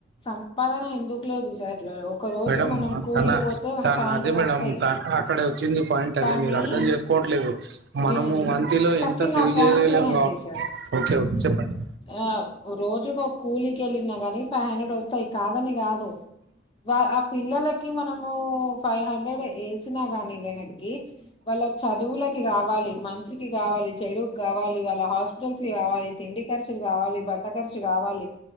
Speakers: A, on the left; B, on the right.
A: సంపాదన ఎందుకు లేదు సార్, ఒక రోజు
B: మేడం
A: మనం కూలికి
B: తన
A: పోతే
B: తన
A: ఫైవ్ హండ్రెడ్
B: అదే మేడం
A: వస్తాయి
B: త అక్కడ వచ్చింది పాయింట్ అదే
A: కానీ
B: మీరు అర్ధం చేసుకోవట్లేదు, మనము
A: వినండి
B: మంత్ లో
A: ఫస్ట్
B: ఎంత సేవ్
A: నా పాయింట్
B: చేయలే లేముగ
A: వినండి సార్
B: ఓకే, చెప్పండి
A: ఆ రోజుకి ఒక కూలీకి వెళ్ళిన గాని ఫైవ్ హండ్రెడ్ వస్ త్తయ్ కాదని కాదు. యా ఆ పిల్లలక్. కి మనము. ఫైవ్ హండ్రెడ్ ఏస్. <unintelligible> కి వాళ్ళ చదువులకి కావాలి, మంచికి కావాలి, చెడుక్ కావాలి, వాళ్ళ హాస్పిటల్స్ కి కావాలి. తిండి ఖర్చులు కావాలి, బట్ట ఖర్చు కావాలి,